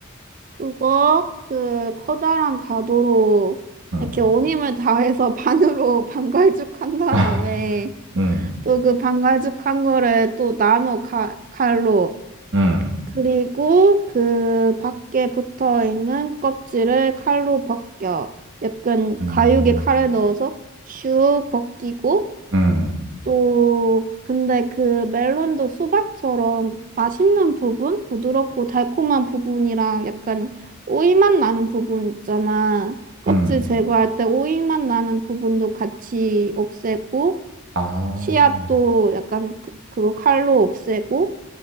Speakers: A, on the right; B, on the right.
A: 그거 그 커다란 가도로
B: 응,
A: 이렇게 온 힘을 다해서 <laughs> 반으로 반갈죽한 다음에
B: <laughs> 응,
A: 또 그 반갈죽한 거를 또 나눠 가, 칼로
B: 응,
A: 그리고 그 밖에 붙어 있는 껍질을 칼로 벗겨. 약간
B: 응,
A: 가육에 칼을 넣어서 슉 벗기고
B: 응,
A: 또 근데 그 멜론도 수박처럼 맛있는 부분, 부드럽고 달콤한 부분이랑 약간 오이맛 나는 부분 있잖아. 껍질
B: 응.
A: 제거할 때 오이맛 나는 부분도 같이 없애고
B: 아,
A: 씨앗도 약간 그- 그거 칼로 없애고